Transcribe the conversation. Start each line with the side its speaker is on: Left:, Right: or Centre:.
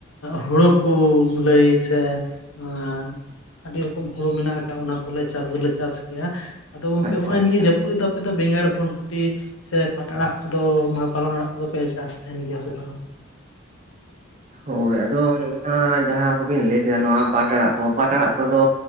Left: ᱦᱳᱲᱳ ᱠᱚᱢ ᱞᱟᱹᱭ ᱥᱮ ᱮᱸᱼᱼ ᱟᱹᱰᱤ ᱨᱚᱠᱚᱢ ᱦᱳᱲᱳ ᱢᱮᱱᱟᱜ ᱟᱠᱟ ᱚᱱᱟ ᱠᱚᱞᱮ ᱪᱟᱥ ᱫᱚᱞᱮ ᱪᱟᱥ ᱜᱮᱭᱟ᱾ ᱟᱫᱚ ᱜᱚᱝᱠᱮ
Right: ᱟᱪᱪᱷᱟ
Left: ᱦᱚᱸᱜᱼᱚᱭ ᱱᱤᱭᱟᱹ
Right: ᱟᱪᱪᱷᱟ
Left: ᱡᱟᱹ ᱠᱟᱨᱮ ᱫᱚ ᱟᱯᱮ ᱫᱚ ᱵᱮᱸᱜᱟᱲ, ᱵᱷᱩᱨᱵᱷᱩᱴᱤ, ᱥᱮ ᱯᱟᱴ ᱟᱲᱟᱜ ᱠᱚᱫᱚ, ᱯᱟᱞᱚᱱ ᱟᱲᱟᱜ ᱠᱚᱫᱚ ᱯᱮ ᱪᱟᱥ ᱛᱟᱦᱮᱸᱱ ᱜᱮᱭᱟ ᱥᱮ ᱵᱟᱝᱟ ᱟᱯᱮᱫᱚ?
Right: ᱦᱳᱭ ᱟᱫᱚ ᱱᱚᱜᱼᱚᱱᱟ ᱡᱟᱦᱟᱸ ᱠᱚᱵᱤᱱ ᱞᱟᱹᱭ ᱠᱮᱫᱟ ᱱᱚᱣᱟ ᱯᱟᱴ ᱟᱲᱟᱜ ᱠᱚ ᱯᱟᱴ ᱟᱲᱟᱜ ᱠᱚᱫᱚ